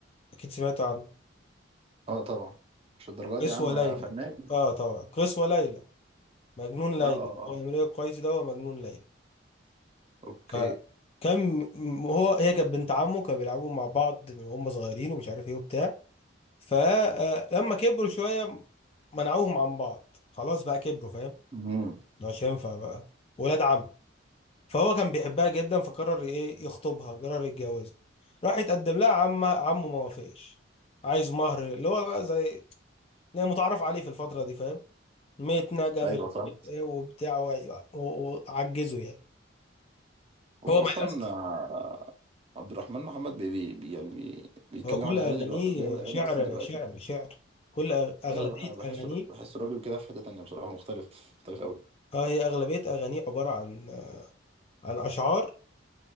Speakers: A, on the left (about 30°); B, on the right (about 30°).
A: أكيد سمعت عنه
B: اه طبعا مش الدرجات
A: قيس
B: دي يا عم
A: وليلى
B: انا فنان
A: آه طبعا قيس وليلى مجنون ليلى
B: اه اه
A: هو امرئ
B: اه
A: القيس ده هو مجنون ليلى
B: اوكي
A: فكان م- هو هي كانت بنت عمه كانوا بيلعبوا مع بعض وهم صغيرين ومش عارف ايه وبتاع فلما كبروا شوية منعوهم عن بعض خلاص بقى كبروا فاهم
B: امم
A: ده مش هينفع بقى ولاد عم فهو كان بيحبها جدا فقرر ايه يخطبها قرر يتجوزها راح يتقدم لها عمه عمه ما وافقش عايز مهر اللي هو بقى زي اللي متعرف عليه في الفترة دي فاهم متنجة
B: ايوه
A: مش
B: فاهم
A: عارف ايه وبتاع وع- و- وعجزه يعني
B: هو
A: هو ما
B: اصلا
A: يأس
B: آه، عبد الرحمن محمد بي بي بي- يعني بي بيتكلم
A: هو كل
B: عن اغاني
A: أغانيه
B: دلوقتي أو بيعمل اغاني
A: شعر
B: اصلا دلوقتي
A: شعر شعر كل أغ- أغلبية
B: ايوه انا بح- أنا بحس
A: أغانيه
B: بحس الراجل كده في حته تانيه بصراحه مختلف مختلف قوي
A: اه هي أغلبية أغانيه عبارة عن عن أشعار